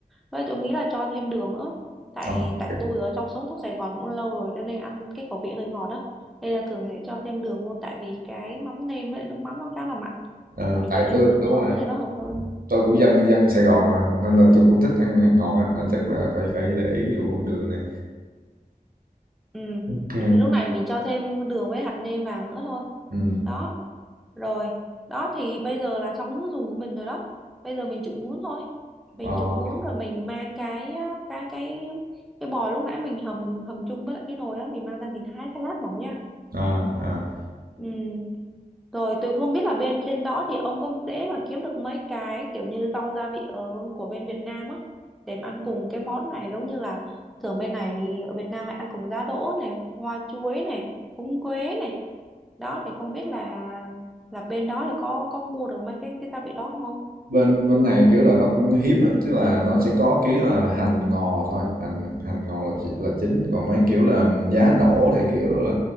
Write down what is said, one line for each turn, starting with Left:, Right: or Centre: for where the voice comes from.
Centre: Vậy tôi nghĩ là cho thêm đường nữa tại
Right: ok
Centre: tại tôi ở trong sống trong Sài Gòn cũng lâu rồi cho nên ăn cái khẩu vị hơi ngọt đó nên là thường sẽ cho thêm đường vô tại vì cái mắm nêm với lại nước mắm nó khá là mặn
Right: à,
Centre: thì mình
Right: tại
Centre: cho thêm
Right: tôi
Centre: đường
Right: đúng
Centre: vô
Right: rồi
Centre: nữa để nó hợp hơn
Right: tôi cũng dân dân Sài Gòn mà nên là tôi cũng thích ăn ăn ngọt á nên chắc là phải phải để ý cái vụ đường này
Centre: ừ
Right: Ok.
Centre: thì lúc này mình cho thêm đường với hạt nêm vào nữa thôi
Right: ừ.
Centre: đó rồi đó thì bây giờ là xong cái nước dùng của mình rồi đó bây giờ mình trụng bún thôi mình
Right: ờ,
Centre: trụng bún rồi mình mang cái cái cái cái bò lúc nãy mình hầm hầm chung với lại cái nồi á mình mang ra mình thái thái lát mỏng nha
Right: à, à.
Centre: Ừ. Rồi tôi không biết là bên trên đó thì ông có dễ mà kiếm được mấy cái kiểu như rau gia vị ở của bên Việt Nam á để mà ăn cùng cái món này giống như là thường bên này ở Việt Nam hay ăn cùng giá đỗ này, hoa chuối này, húng quế này. Đó thì không biết là là bên đó thì có có mua được mấy cái cái gia vị đó không không?
Right: bên bên này kiểu là nó cũng hiếm á tức là nó sẽ có kiểu là hành ngò thôi hành hành ngò là chỉ- là chính còn mấy kiểu là giá đỗ thì kiểu là